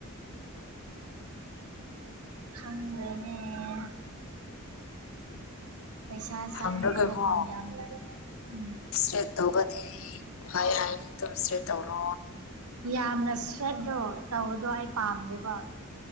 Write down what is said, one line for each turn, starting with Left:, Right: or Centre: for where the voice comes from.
Right: ꯈꯪꯗ꯭ꯔꯦꯅꯦ <unintelligible> ꯄꯩꯁꯥ ꯆꯪꯗꯨꯕ
Left: ꯍꯪꯔꯒꯀꯣ
Right: ꯃꯐꯝ ꯌꯥꯝ ꯂꯩ ꯎꯝ
Left: ꯏꯁꯇ꯭ꯔꯦꯠ ꯇꯧꯕꯗꯤ ꯐꯩꯌꯦ ꯍꯥꯏꯅꯤ ꯑꯗꯨꯝ ꯏꯁꯇ꯭ꯔꯦꯠ ꯇꯧꯔꯣ
Right: ꯌꯥꯝꯅ ꯏꯁꯇ꯭ꯔꯦꯠꯗꯣ ꯇꯧꯕꯗꯣ ꯑꯩ ꯄꯥꯝꯗꯦꯕ